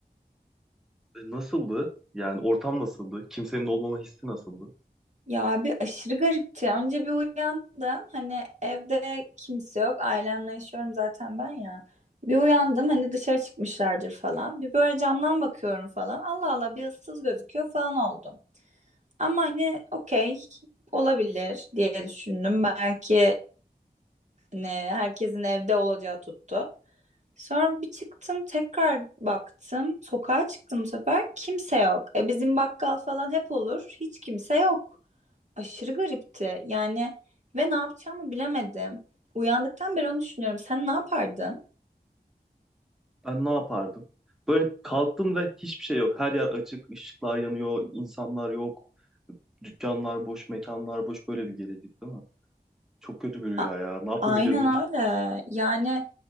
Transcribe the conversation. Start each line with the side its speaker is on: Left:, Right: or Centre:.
Centre: E, nasıldı? Yani ortam nasıldı? Kimsenin olmama hissi nasıldı?
Right: Ya bir aşırı garipti. Önce bir uyandım. Hani evde kimse yok. Ailemle yaşıyorum zaten ben ya. Bir uyandım hani dışarı çıkmışlardır falan. Bir böyle camdan bakıyorum falan. Allah Allah bir ıssız gözüküyor falan oldum. Ama hani okey olabilir diye düşündüm. Belki hani herkesin evde olacağı tuttu. Sonra bir çıktım tekrar baktım. Sokağa çıktım bu sefer. Kimse yok. E bizim bakkal falan hep olur. Hiç kimse yok aşırı garipti. Yani ve ne yapacağımı bilemedim. Uyandıktan beri onu düşünüyorum. Sen ne yapardın?
Centre: Ben ne yapardım? Böyle kalktım ve hiçbir şey yok. Her yer açık, ışıklar yanıyor, insanlar yok. Dükkanlar boş, mekanlar boş. Böyle bir gelecek değil mi? Çok kötü bir rüya
Right: A-
Centre: ya. Ne yapabilirdim?
Right: Aynen
Centre: hiç?
Right: öyle. Yani